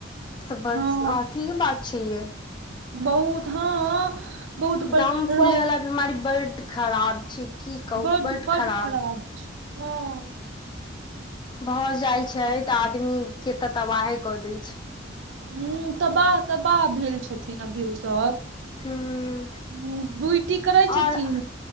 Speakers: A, on the left (about 25°); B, on the right (about 75°).
A: तऽ बड्ड
B: हँ
A: <unintelligible> अथीके बात छै यै
B: बहुत हँ बहुत पर
A: दाम
B: रह
A: फूले बला बीमारी बड्ड खराब छै की कहू
B: बड
A: बड्ड
B: बड
A: खराब
B: छै हँ
A: भऽ जाइ छै तऽ आदमी के तऽ तबाहे कऽ दै छै
B: हूंम्म तबाह तबाह भेल छथिन अभी उस सब
A: हूँ
B: ड्यूटी करै छथिन
A: आओर